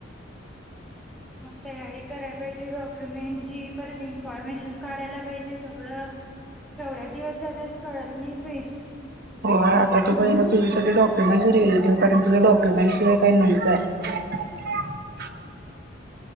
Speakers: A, in the centre; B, on the right.
A: मग तयारी करायला पाहिजे डॉक्युमेंटची परत इन्फॉर्मशन काढायला पाहिजे सगळं केवढ्या दिवस जात्यात कळत नाहीत बाई
B: होय आता ते पहिलं तुझी सगळे डॉक्युमेंट्स रेडी ठेव कारण तुझ्या डॉक्युमेंट शिवाय काही नईचं हाय